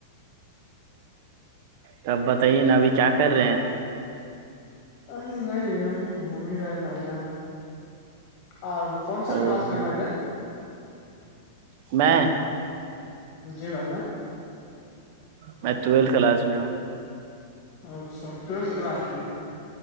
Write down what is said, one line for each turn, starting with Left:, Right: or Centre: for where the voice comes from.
Right: تب بتائیے نا ابھی کیا کر رہے ہیں
Left: ا نہیں ا گھوم ہی رہے بھائی جان <inaudible> اور کون
Right: او
Left: سا کلاس میں بھائی جان
Right: میں
Left: جی بھائی گان
Right: میں ٹویلتھ کلاس میں ہوں
Left: اچھا تو سے کلاس